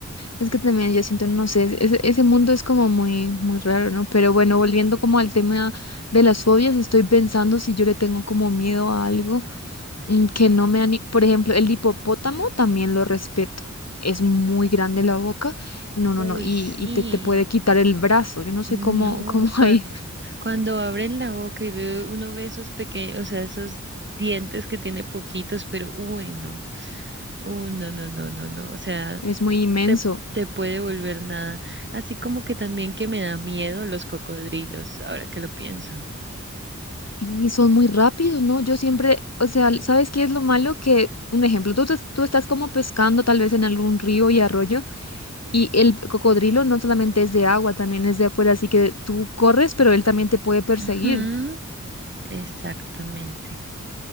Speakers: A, on the left; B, on the right.
A: Es que también yo siento, no sé, ese, ese mundo es como muy, muy raro, ¿no? Pero bueno, volviendo como al tema de las fobias, estoy pensando si yo le tengo como miedo a algo mm, que no me ani... Por ejemplo, el hipopótamo también lo respeto. Es muy grande la boca. No,
B: Uy,
A: no, no. Y,
B: sí,
A: y te, te puede quitar el brazo. Yo no sé
B: no,
A: cómo, cómo
B: cuando,
A: <laughs> ahí
B: cuando abren la boca y ve, uno ve esos pequeños, o sea, esos dientes que tiene poquitos, pero uy, no, uy, no, no, no, no, no, o sea,
A: es muy inmenso.
B: te, te puede volver nada. Así como que también que me da miedo los cocodrilos, ahora que lo pienso.
A: Y son muy rápidos, ¿no? Yo siempre, o sea, ¿sabes qué es lo malo? Que, un ejemplo, tú, te- tú estás como pescando tal vez en algún río y arroyo. Y el cocodrilo no solamente es de agua, también es de afuera, así que tú corres, pero él también te puede perseguir.
B: Ujú, exactamente.